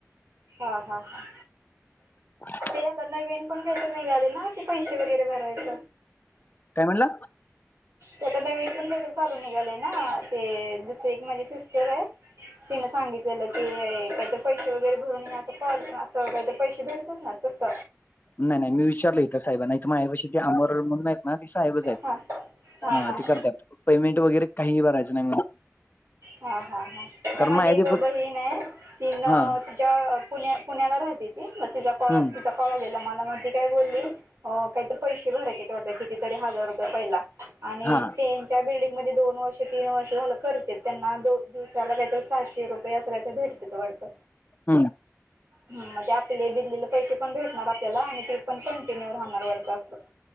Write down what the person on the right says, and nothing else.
हा हा हा.
ते आता नवीन पण काहीतरी निघाले ना ते पैसे वगैरे भरायच.
ते आता पण काय तर चालू निघालेय ना ते दुसरी एक माझी सिस्टर आहे तिन सांगितलेलं की त्याचे पैसे वगैरे भरून या हे कॉल अस का ते पैसे भेटतात ना तस.
हां हां
हां
हा हा हा नाय माझी
एक
बहीण हाय तीनअ अ
अ पुण्यात पुण्याला राहते ती मग तिचा कॉल
तिचा कॉल आलेला मला मग ती काय बोलली.. अ अ काही तर पैसे भरायचेत कितीतरी हजार रुपये पहिला आणि
त्यांच्या बिल्डिंगमध्येध्ये दोन वर्ष तीन वर्ष झालंकरत्यात त्यांना दो दिवसाला काहीतरी.. पाचशे रुपये असं काहीतरी भेटत्यात वाटत.
हम्म म्हणजे आपले दिलेले पैसे पण भेटणार आपल्याला आणि ते पण कंटिन्यू राहणार वाटत अस.